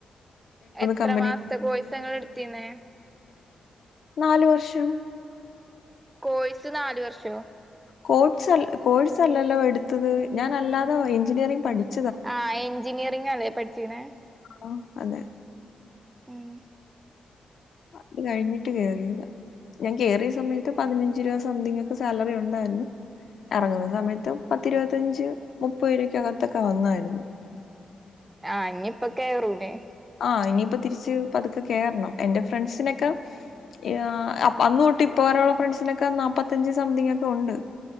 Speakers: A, on the right (about 15°); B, on the left (about 70°).
A: എത്ര
B: കമ്പനി
A: മാസത്തെ കോഴസ ഇങ്ങള് എടുത്തിന്നേ
B: നാലു വർഷം
A: കോഴ്‌സ് നാല് വർഷോ
B: കോട്സ് കോഴ്സ് അല്ലല്ലോ എടുത്തത് ഞാൻ അല്ലാതെ എഞ്ചിനിയറിങ് പഠിച്ച
A: ആഹ് എഞ്ചിനീറിങ് ആണ് പഠിചിക്കണേ
B: ആ അതെ.
A: ഉം
B: അത് കഴിഞ്ഞിട്ട് കേറിയതാ ഞാൻ കേയറിയ സമയത്ത് പതിനഞ്ച് രൂപ സംതിങ് ഒക്കെ സാലറി ഉണ്ടായിരുന്നു ഇറങ്ങുന്ന സമയത്ത് പത്തിരുപത്തയഞ്ച് മുപ്പത് രൂപക്കകത്തൊക്കെ വന്നായിരുന്നു
A: ആഹ് ഇനിപ്പക്കെറൂലെ
B: ആ ഇനിയിപ്പോ തിരിച്ച് പതുക്കെ കേറണം എന്റെ ഫ്രണ്ട്സിനൊക്കെ ആഹ് അന്ന് തൊട്ട് ഇപ്പ വരെയുള്ള ഫ്രണ്ട്സിനൊക്കെ നാപ്പത്തഞ്ച് സംതിങ് ഒക്കെ ഉണ്ട്